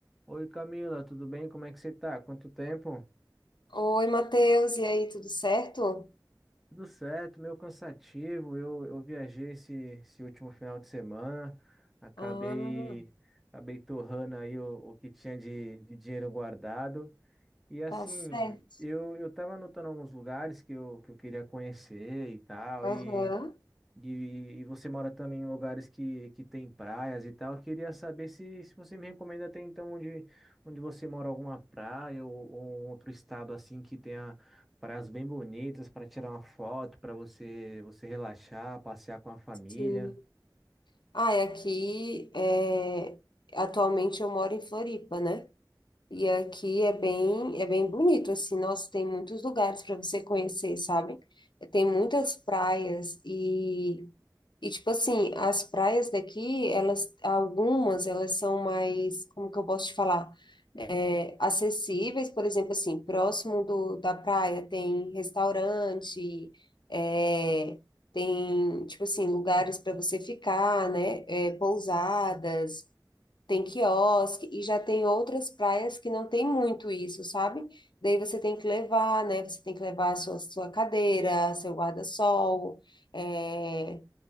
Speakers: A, in the centre; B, on the left.
A: Oi Camila, tudo bem? Como é que você tá? Quanto tempo?
B: Oi, Matheus, e aí, tudo certo?
A: Tudo certo, meio cansativo. Eu, eu viajei esse, esse último final de semana, acabei,
B: Ah,
A: acabei torrando aí o, o que tinha de, de dinheiro guardado. E assim,
B: tá certo.
A: eu, eu tava anotando alguns lugares que eu, que eu queria conhecer e tal,
B: Aham,
A: E você mora também em lugares que, que tem praias e tal. Eu queria saber se, se você me recomenda até então onde, onde você mora, alguma praia ou, ou um outro estado assim que tenha praias bem bonitas para tirar uma foto, para você você relaxar, passear com a família.
B: sim. Ah, e aqui, é, atualmente eu moro em Floripa, né? E aqui é bem, é bem bonito, assim, nossa, tem muitos lugares para você conhecer, sabe? Tem muitas praias e, e, tipo assim, as praias daqui, elas, algumas, elas são mais, como que eu posso te falar? acessíveis, por exemplo, assim, próximo do, da praia tem restaurante, é, tem, tipo assim, lugares para você ficar, né? É, pousadas, tem quiosque, e já tem outras praias que não tem muito isso, sabe? Daí você tem que levar, né? Você tem que levar a sua, sua cadeira, seu guarda-sol, é